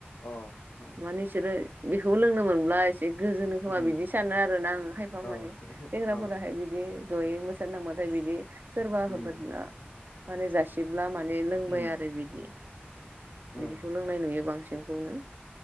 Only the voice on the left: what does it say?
अ हाय
उम
अ
अ
उम
उम
अ